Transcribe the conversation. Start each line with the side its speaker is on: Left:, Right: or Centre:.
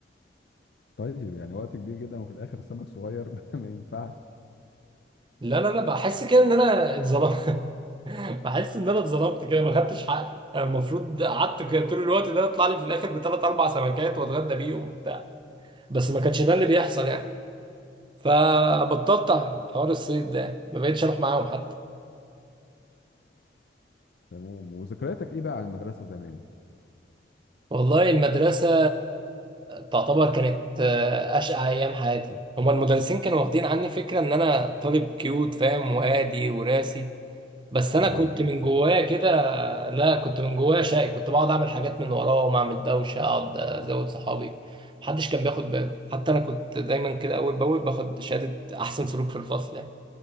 Left: طيب يعني وقت كبير جدا وفي الاخر السمك صغير <laughs> ما ينفعش
Right: لا لا لا بحس كده ان انا اتظلمت <laughs> بحس ان انا اتظلمت كده ما خدتش حقي أنا المفروض قعدت كده طول الوقت ده يطلع لي في الاخر بثلاث اربع سمكات واتغدى بيهم وبتاع بس ما كانش ده اللي بيحصل يعني فبطلت حوار الصيد ده ما بقتش اروح معاهم حتى
Left: تمام وذكرياتك ايه بقى عن المدرسه زمان
Right: والله المدرسة تعتبر كانت آه، أشقى أيام حياتي هما المدرسين كانوا واخدين عني فكرة إن أنا طالب كيوت فاهم وهادي وراسي بس أنا
Left: اه
Right: كنت من جوايا كده لا كنت من جوايا شقي كنت بقعد أعمل حاجات من وراهم أعمل دوشة أقعد أزود صحابي محدش كان بياخد باله حتى أنا كنت دايما كده أول بأول باخد شهادة أحسن سلوك في الفصل يعني.